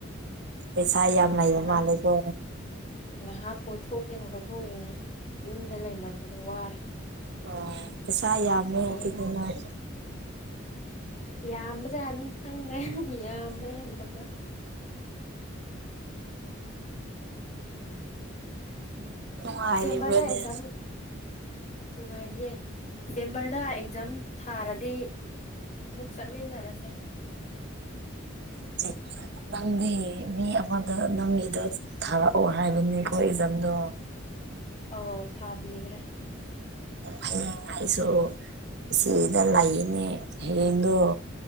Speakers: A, on the right (about 55°); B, on the left (about 35°).
A: ꯄꯩꯁꯥ ꯌꯥꯝ ꯂꯩꯕ
B: ꯉꯥꯏꯍꯥꯛ
A: ꯃꯥꯂꯤꯀꯣ
B: ꯉꯥꯏꯍꯥꯛ ꯀꯣꯏꯊꯣꯛꯀꯦꯅ ꯀꯣꯏꯊꯣꯛꯎꯔꯤꯅꯦ ꯌꯨꯝꯗ ꯂꯩꯃꯟꯗꯅ ꯋꯥꯔꯦ
A: ꯑꯣ ꯄꯩꯁꯥ ꯌꯥꯝꯃꯦ
B: ꯍꯌꯦꯡ
A: ꯑꯗꯨꯗꯤ ꯅꯪ
B: ꯌꯥꯝꯕꯖꯥꯠꯅꯦ ꯈꯪꯕ꯭ꯔꯥ ꯌꯥꯝꯕ꯭ꯔꯥ ꯌꯥꯝꯗꯕ꯭ꯔꯥ
A: ꯎꯝ ꯅꯨꯡꯉꯥꯏꯔꯤꯕ꯭ꯔꯥꯅꯦ
B: ꯗꯤꯁꯦꯝꯕꯔꯗ ꯑꯦꯛꯖꯥꯝ ꯅꯨꯡꯉꯥꯏꯔꯤꯌꯦ ꯗꯤꯁꯦꯝꯕ꯭ꯔꯗ ꯑꯦꯛꯖꯥꯝ ꯊꯥꯔꯗꯤ ꯑꯃꯨꯛ ꯆꯠꯃꯤꯟꯅꯔꯁꯦ
A: <inaudible> ꯅꯪꯗꯤ ꯃꯤ ꯑꯃꯗ ꯅꯪꯒꯤꯗ ꯊꯥꯔꯛꯑꯣ ꯍꯥꯏꯕꯅꯤꯀꯣ ꯑꯦꯛꯖꯥꯝꯗꯣ
B: ꯑꯧ ꯊꯥꯕꯤꯒ꯭ꯔꯦ
A: ꯍꯌꯦꯡ ꯑꯥꯏꯁꯨ ꯁꯤꯗ ꯂꯩꯌꯦꯅꯦ ꯍꯌꯦꯡꯗꯣ